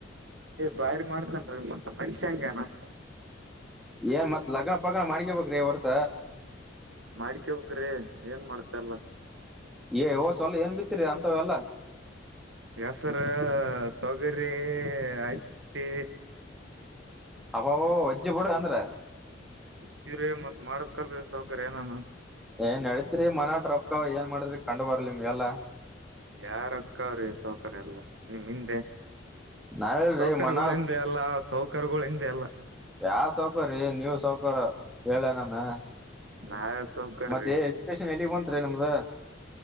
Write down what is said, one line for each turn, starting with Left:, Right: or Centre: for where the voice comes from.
Right: ಬಾರಿ ಮಾಡುತ್ತಾನರಿ ಇವಾ <unintelligible>
Centre: ಹೇ ಮತ್ತ್ ಲಗ್ನ ಪಗ್ನ ಮಾಡ್ಕಬೇಕ್ರಿ ಈ ವರ್ಷ
Right: ಮಾಡಿಕೋಬೇಕ್ರಿ ಏನ್ ಮಾಡ್ತ ಅಲ್ಲ.
Centre: ಹೇ ಹೋದ್ ಸಾಲ ಏನ್ ಬಿತ್ತರಿ ಅಂತವೆ ಎಲ್ಲಾ
Right: ಹೆಸರು ತೊಗರಿ ಹತ್ತಿ
Centre: ಅಬ್ಬಬಾ ವಜ್ಜಿ ಬಿಡು ಅಂದ್ರ
Right: ಇತೀವ್ರೀ ಮತ್ ಮಾಡಕಲ್ರೀ ಸಾವಕರು ಏನಾನ
Centre: ಏನ್ ನಡತ್ರಿ ಮನಟ ರೊಕ್ಕ ಏನ್ ಮಾಡಿದ್ರಿ ಕಂಡು ಬರ್ಲಿ ನಿಮ್ಗೆಲ್ಲ
Right: ಯಾವ್ ರೊಕ್ಕ ಸಾವಕರು <unintelligible> ಹಿಂದೆ
Centre: ನಾವೇಳ್ರಿ
Right: ಸೌಕರ್ಯಗಳಗಳು
Centre: ಮನ
Right: ಹಿಂದೆ ಅಲ್ಲ ಸೌಕರ್ಯಗಳು ಹಿಂದೆ ಅಲ್ಲಾ
Centre: ಯಾವ ಸೌಕರಿ ನೀವು ಸೌಕರ ಹೇಳ ನಾನು.
Right: ನಾವೇ ಸೌಕರ್ರಿ
Centre: ಮತ್ತೆ ಎಜುಕೇಶನ್ ಎಲ್ಲಿಗೆ ಬಂತು. ಅಯ್ತ್ರಿ ನಿಮ್ದ